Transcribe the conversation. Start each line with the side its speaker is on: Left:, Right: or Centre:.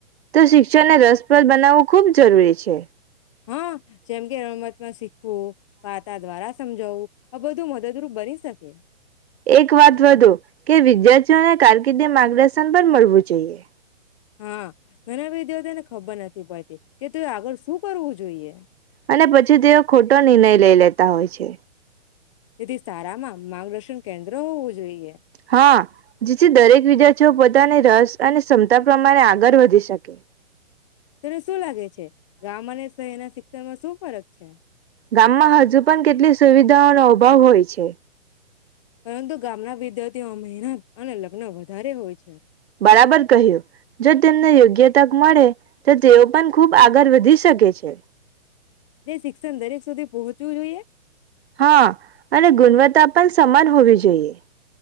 Right: તો શિક્ષણને રસપ્રદ બનાવવું ખુબ જરૂરી છે.
Left: હા જેમ કે રમતમાં શિ ખવું વાર્તા દ્વારા સમજાવવું આ બધું મદદરૂપ બની શકે.
Right: એક વાત વધુ કે વિદ્યાર્થીઓને કારકિર્દી માર્ગદર્શન પણ મળવું જોઈએ.
Left: હા ઘણા વિદ્યાર્થીઓને ખબર નથી પડતી કે તે આગળ શું કરવું જોઈએ
Right: અને પછી તે ખોટો નિર્ણય લઈ લેતા. તા હોય છે.
Left: તેથી સારામાં માર્ગદર્શન કેન્દ્ર હોવું જોઈએ
Right: હા જેથી દરેક વિદ્યાર્થીઓ પ ની રસ અને ક્ષમતા પ્રમાણે આગળ વધી શકે.
Left: તને શું લાગે છે ગામ અને શહેરના શિક્ષણમાં શું ફરક છે?
Right: ગામમાં હજુ પણ કેટલી સુવિધાઓનો અભાવ હોય છે.
Left: પરંતુ ગામના વિદ્યાર્થીઓમાં મહેનત અને લગ્ન વધારે હોય છે. હમ્મ.
Right: બરાબર કહ્યું જો તેમને યોગ્ય તક મળે તો તેઓ પણ ખૂબ આગળ વધી શકે છે.
Left: એ શિક્ષણ દરેક સુધી પહોંચવું જોઈએ?
Right: હા, અને ગુણવત્તા પણ સમાન હોવી જોઈએ.